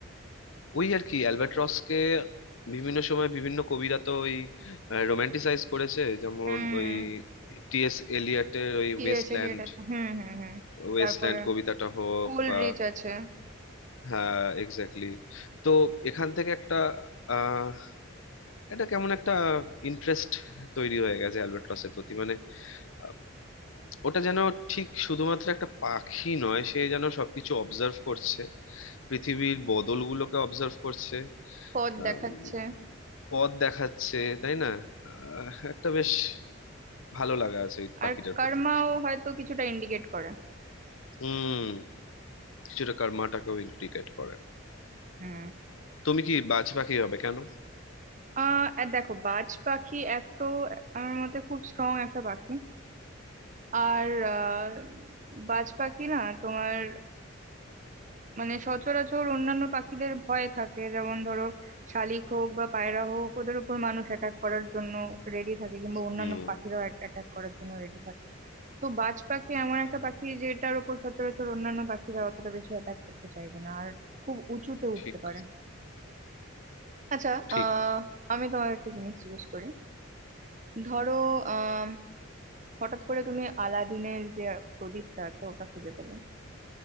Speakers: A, on the left; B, on the right.
A: ওই আর কি অ্যালবার্ট রসকে বিভিন্ন সময় বিভিন্ন কবিরা তো ওই রোমান্টিসাইজ করেছে যেমন
B: হুম
A: ওই টিএস এলিয়টের ওই
B: টিএস
A: ওয়েস্টল্যান্ড
B: এলিয়ট আছে হুম হুম হুম
A: ওয়েস্টল্যান্ড
B: তারপরে
A: কবিতাটা হোক
B: কোলরিচ
A: বা
B: আছে
A: হ্যাঁ এক্স্যাক্টলি তো এখান থেকে একটা আহ এটা কেমন একটা ইন্টারেস্ট তৈরি হয়ে গেছে অ্যালবার্ট রসের প্রতি মানে আহ, ওটা যেন ঠিক শুধুমাত্র একটা পাখি নয় সে যেন সবকিছু অবজার্ভ করছে পৃথিবীর বদলগুলোকে অবজার্ভ করছে
B: পথ
A: আম,
B: দেখাচ্ছে
A: পথ দেখাচ্ছে তাই না আহ, একটা বেশ ভালো লাগা আছে এই পাখিটার
B: আর কর্মাও
A: প্রতি
B: হয়তো কিছুটা ইন্ডিকেট করে
A: হুম কিছুটা কর্মাটাকেও ইনক্রিকেট করে
B: হুম
A: তুমি কি বাজ পাখি হবে কেন
B: আহ আর দেখো বাজ পাখি এক তো আমার মতে খুব স্ট্রং একটা পাখি আর আহ, বাজ পাখি না তোমার মানে সচরাচর অন্যান্য পাখিদের ভয় থাকে যেমন ধরো শালিক হোক বা পায়রা হোক ওদের উপর মানুষ অ্যাটাক করার জন্য রেডি থাকে কিংবা অন্যান্য
A: হুম
B: পাখিরাও অ্যাটাক করার জন্য রেডি থাকে তো বাজ পাখি এমন একটা
A: হুম,
B: পাখি যেটার উপর সচরাচর অন্যান্য পাখিরা অতটা বেশি অ্যাটাক করতে চাইবে না আর খুব উঁচুতে উঠতে
A: ঠিক
B: পারে আচ্ছা
A: ঠিক
B: আহ আমি তোমার একটা জিনিস জিজ্ঞেস করি ধরো আহ হঠাৎ করে তুমি আলাদিনের যে প্রদীপটা আছে ওটা খুঁজে পেলে